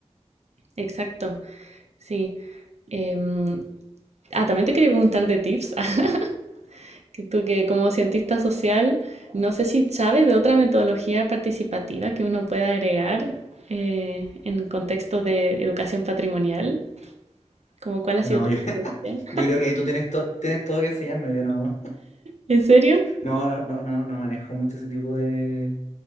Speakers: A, on the right; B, on the left.
A: Exacto. Sí. em, ah, también te quería preguntar de tips. <laughs> que tú que como cientista social, no sé si sabes de otra metodología participativa que uno pueda agregar eh, en contextos de educación patrimonial. Como cuál
B: No,
A: ha sido tu
B: yo,
A: experiencia.
B: <laughs> yo creo que ahí tú tienes, to- tienes todo que enseñarme, yo no,
A: ¿En serio?
B: <laughs> no, no, no, no no manejo mucho ese tipo de,